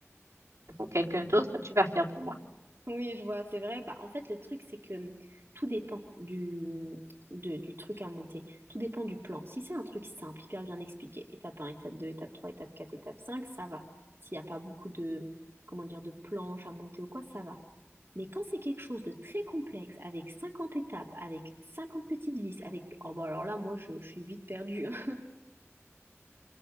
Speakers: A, on the right; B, on the right.
A: pour quelqu'un d'autre, tu vas faire pour moi.
B: Oui, je vois, c'est vrai. Bah, en fait, le truc, c'est que hum, tout dépend du, hum, de- du truc à monter. Tout dépend du plan. Si c'est un truc simple, hyper bien expliqué, étape un, étape 2, étape 3, étape 4, étape 5, ça va. S'il n'y a pas beaucoup de, comment dire, de planches à monter ou quoi, ça va. Mais quand c'est quelque chose de très complexe, avec 50 étapes, avec 50 petites vis, avec... Oh bah alors là, moi, je, je suis vite perdue. hein.